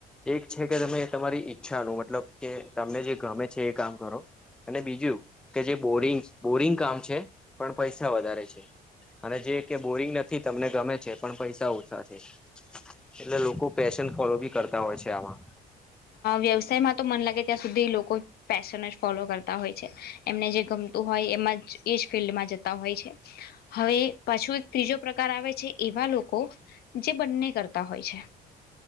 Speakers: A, in the centre; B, on the left (about 65°).
A: એક છે કે તમે તમારી ઈચ્છાનું મતલબ કે તમને જે ગમે છે એ કામ કરો અને બીજું કે જે બોરિંગ બોરિંગ કામ છે પણ પૈસા વધારે છે. અને જે કે બોરિંગ નથી તમને ગમે છે પણ પૈસા ઓછા છે. એટલે લોકો પેશન ફોલો બી કરતા હોય છે આમાં
B: વ્યવસાયમાં તો મન લાગે ત્યાં સુધી લોકો પેશન જ ફોલો કરતા હોય છે એમને જે ગમતું હોય એમાં જ એ જ ફિલ્ડમાં જતા હોય છે હવે પાછું એક ત્રીજો પ્રકાર આવે છે એવા લોકો જે બંને કરતા હોય છે